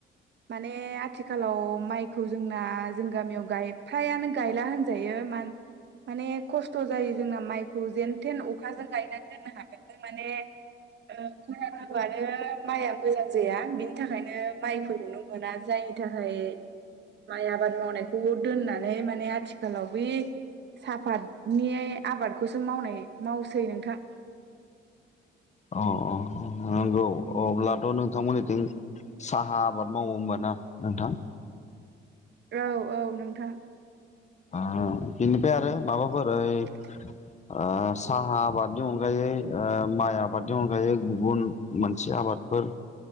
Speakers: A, on the right (about 60°); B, on the left (about 35°).
A: माने आथिखालाव माइखौ जोंना जों गामियावाय फ्रायानो गायला होनजायो माने खस्थ' जायो जोंना माइखौ जेन थेन अखाजों गायनानै दोननो हाबाबो <unintelligible> माने ओ खुरान होबानो माइआ मोजां जाया बिनि थाखायनो माइफोरखौनो मोना जाय थाखाय माइ आबाद मावनायखौबो दोननानै माने आथिखालाव बै साहाफातनि आबादखौसो मावनाय मावसै नोंथां
B: अ अ नंगौ अब्लाथ' नोंथांमोननिथिं साहा आबाद मावो होमबा ना नोंथां
A: औ औ नोंथां
B: ओ बिनिफ्राय आरो आरो माबाफोर ओइ
A: <inaudible>
B: ओ साहा आबादनि अनगायै माइ आबादनि अनगायै गुबुन मोनसे आबाद फोर